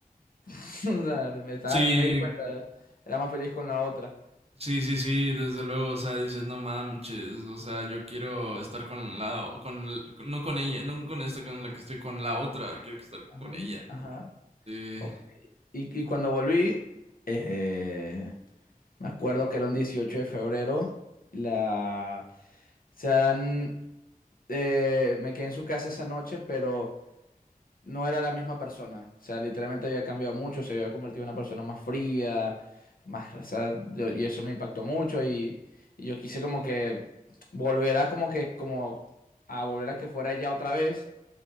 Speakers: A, on the left (about 70°); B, on the right (about 45°).
A: <laughs> O sea, me estaba-
B: Sí,
A: no me di cuenta, era más feliz con la otra.
B: sí, sí, sí, desde luego, o sea, dices, no manches, o sea, yo quiero estar con la, o- con, el- con- no con ella, no con esta con la que estoy, con la otra, quiero que estar
A: Ajá,
B: con ella.
A: ajá.
B: Eh,
A: Ok. Y, y cuando volví, eh, me acuerdo que era un 18 de febrero, la... se han eh, me quedé en su casa esa noche, pero no era la misma persona. O sea, literalmente había cambiado mucho, se había convertido en una persona más fría, más, o sea, yo- y eso me impactó mucho y, y yo quise como que volver a como que, como a volver a que fuera ella otra vez,